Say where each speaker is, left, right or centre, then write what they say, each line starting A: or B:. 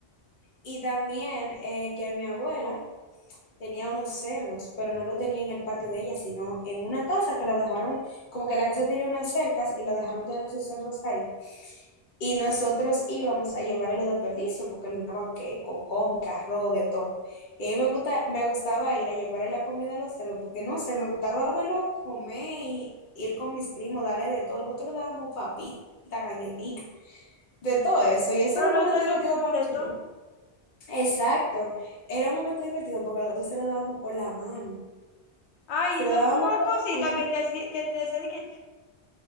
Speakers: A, on the left; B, on the left.
A: Y también eh, que mi abuela tenía unos cerdos, pero no lo tenía en el patio de ella, sino en una casa que la dejaron, como que la casa tenía unas cercas y la dejaron tener sus cerdos ahí. Y nosotros íbamos a llevarle los desperdicios porque le daban que con arroz, de todo. Y a mí me gusta, me gustaba ir a llevarle la comida a los cerdos porque no sé, me gustaba verlo comer y ir con mis primos, darle de todo. Nosotros le dábamos papitas, galletitas, de todo eso. Y ese
B: Pero
A: era
B: los
A: un momento
B: cerdos
A: divertido
B: comen
A: para
B: de
A: nosotros.
B: todo.
A: Exacto. Era un momento divertido porque nosotros se lo dábamos con la mano.
B: Ay,
A: Se lo
B: ¿no
A: dábamos
B: te daba cosita
A: con la mano.
B: que te hacía, que te hacía de que,